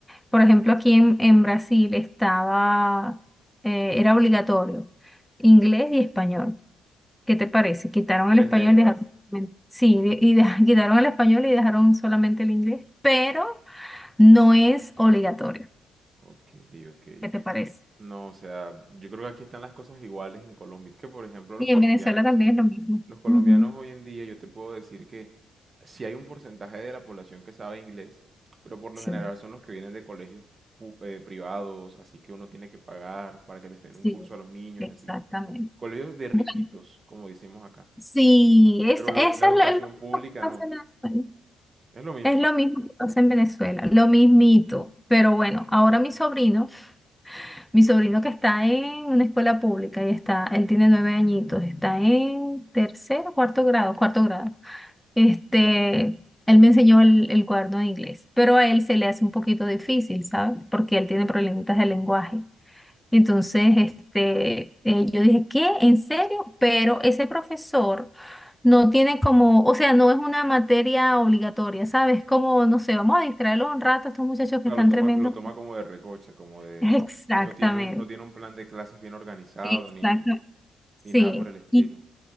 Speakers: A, in the centre; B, on the right.
A: Por ejemplo, aquí en, en Brasil estaba, eh, era obligatorio inglés y español. ¿Qué te parece? Quitaron
B: Tres
A: el español
B: lenguas.
A: y dejaron, sí, de- y de- <laughs> quitaron el español y dejaron solamente el inglés, pero No es obligatorio.
B: Ok, ok.
A: ¿Qué te parece?
B: No, o sea, yo creo que aquí están las cosas iguales en Colombia. Es que, por ejemplo, los
A: Y
B: colombianos
A: en Venezuela también es lo mismo.
B: Los colombianos
A: Ujú.
B: hoy en día, yo te puedo decir que si hay un porcentaje de la población que sabe inglés, pero por lo
A: Sí.
B: general son los que vienen de colegios pu- eh, privados, así que uno tiene que pagar para que les den
A: Sí,
B: un curso a los niños
A: exactamente.
B: y así. Colegios de riquitos,
A: Bueno,
B: como decimos acá.
A: sí, es,
B: Pero lo-
A: eso
B: la educación
A: es lo, es lo mismo
B: pública
A: que pasa
B: no,
A: en Venezuela.
B: es lo mismo.
A: Es lo mismo que pasa en Venezuela, lo mismito. Pero bueno, ahora mi sobrino, mi sobrino que está en una escuela pública y está, él tiene nueve añitos, está en tercer cuarto grado, cuarto grado. Este, él me enseñó el, el cuaderno de inglés, pero a él se le hace un poquito difícil, ¿sabes? Porque él tiene problemitas de lenguaje. Entonces, este, eh, yo dije, ¿qué? ¿En serio? Pero ese profesor no tiene como, o sea, no es una materia obligatoria, ¿sabes? Como, no sé, vamos a distraerlos un rato, estos muchachos
B: O sea,
A: que están
B: lo toma,
A: tremendos.
B: lo toma como de recoche, como de...
A: <laughs> Exactamente,
B: No tiene un, no tiene un plan de clases bien organizado
A: exactamente.
B: ni,
A: Sí.
B: ni nada por el estilo.
A: Y